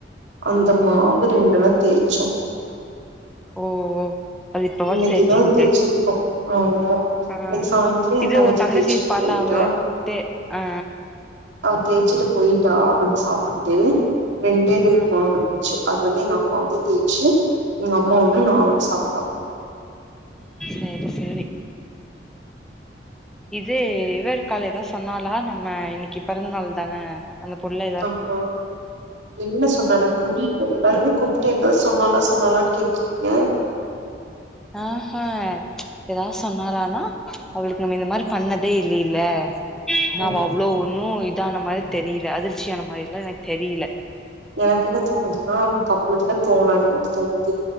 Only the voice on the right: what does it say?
அந்த மாவு ரெண்டுனா தேய்ச்சோ
இன்னக்கிதா
தெச்சிருக்கோ ஆமா
இன்னிக்கி சாய்ந்திரோ எ
தங்கச்சி
தேச்சுட்டு
போய்ட்டா
அவ தேச்சுட்டு போய்டா அவ்ளுக்கு சாப்புட்டு ரெண்டே ரெண்டு
மாவிருஞ்ச்சு அது வந்து எங்க அம்மா வந்து தேச்சு எங்க அம்மா ஒண்ணு நா ஒண்ணு சாப்டோ
ஆமா என்ன சொன்னால புரில எல்லாருக்கு கூப்டே இந்த சொன்னாலா சொன்னாலான்னு கேக்கிறீங்க
ம்.
எனக்கு என்ன தோணுதுன்னா அவளுக்கு அவ்ளோ இதா தோணலையோ தோணுது